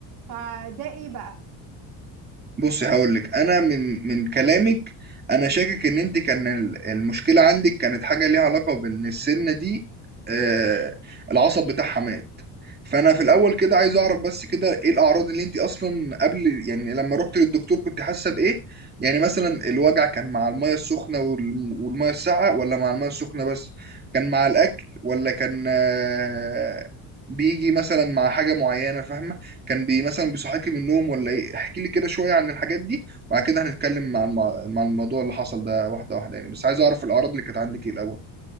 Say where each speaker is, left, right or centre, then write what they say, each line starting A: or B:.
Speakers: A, on the right; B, on the right.
A: فده ايه بقى
B: بصي هقول لك انا من من كلامك انا شاكك ان انت كان ال- المشكله عندك كانت حاجه ليها علاقه بان السنه دي آه العصب بتاعها مات فانا في الاول كده عايز اعرف بس كده ايه الاعراض اللي انت اصلا قبل يعني لما رحت للدكتور كنت حاسه بايه يعني مثلا الوجع كان مع الميه السخنه وال- والميه الساقعه ولا مع الميه السخنه بس كان مع الاكل ولا كان آه بيجي مثلا مع حاجه معينه فاهمه كان بي مثلًا بيصحّيكِ من النوم والّا إيه؟ احكي لي كده شوية عن الحاجات دي، وبعد كده هنتكلّم عن المو عن الموضوع اللي حصل ده واحدة واحدة يعني، بس عايز أعرف الأعراض اللي كانت عندِك إيه الأول.